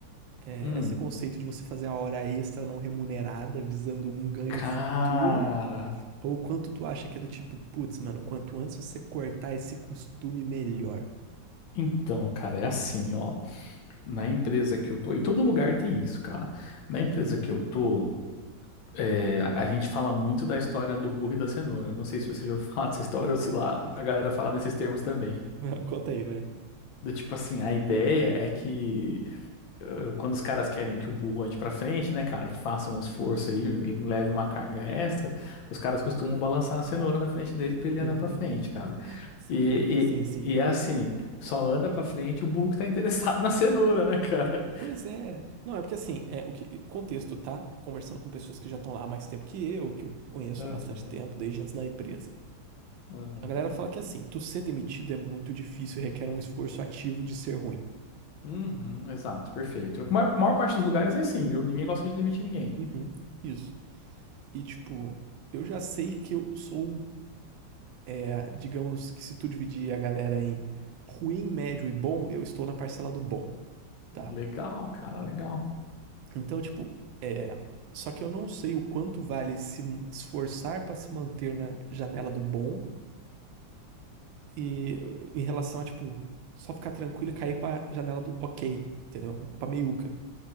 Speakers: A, on the right (about 75°); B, on the left (about 75°).
A: é,
B: Hum.
A: esse conceito de você fazer a hora extra não remunerada visando um ganho
B: Cara.
A: futuro, ou o quanto tu acha que é do tipo, putz, mano, quanto antes você cortar esse costume, melhor.
B: Então, cara, é assim, ó. Na empresa que eu tô, em todo lugar tem isso, cara. Na empresa que eu tô, É, a, a gente fala muito da história do burro e da cenoura. Não sei se você já ouviu <laughs> falar dessa história ou se lá
A: <laughs>
B: a galera fala nesses termos também.
A: <laughs> Conta aí, vai. <laughs>
B: Do tipo assim, a ideia é que eh, quando os caras querem que o burro ande pra frente, né, cara, que façam um esforço aí, leve uma carga extra, os caras costumam balançar a cenoura na frente dele pra ele
A: Uhum.
B: andar pra frente, cara.
A: Sim,
B: E,
A: sim, sim.
B: e, e é assim, só anda pra frente o burro que tá <laughs> interessado na cenoura, né, cara?
A: Pois é. Não, é porque assim, é o que contexto, tá? Conversando com pessoas que já estão lá há mais tempo que eu, que eu conheço
B: Aham,
A: há bastante tempo, desde antes da empresa.
B: aham.
A: A galera fala que assim, tu ser demitido é muito difícil e requer um esforço ativo de ser ruim.
B: Uhum, exato, perfeito. A maior maior parte dos lugares é assim, viu? Ninguém gosta de demitir ninguém.
A: Uhum, isso. E tipo, eu já sei que eu sou, é, digamos que se tu dividir a galera em ruim, médio e bom, eu estou na parcela do bom, tá?
B: Legal, cara, legal.
A: Então, tipo, é. Só que eu não sei o quanto vale se m- esforçar pra se manter na janela do bom e em relação a, tipo, só ficar tranquilo e cair pra janela do ok, entendeu? Pra meiuca.